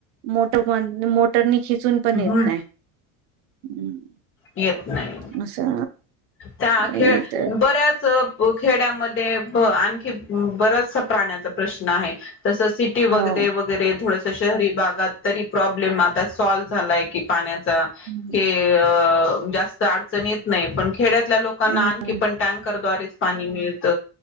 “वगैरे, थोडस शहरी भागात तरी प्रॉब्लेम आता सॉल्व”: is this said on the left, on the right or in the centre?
Left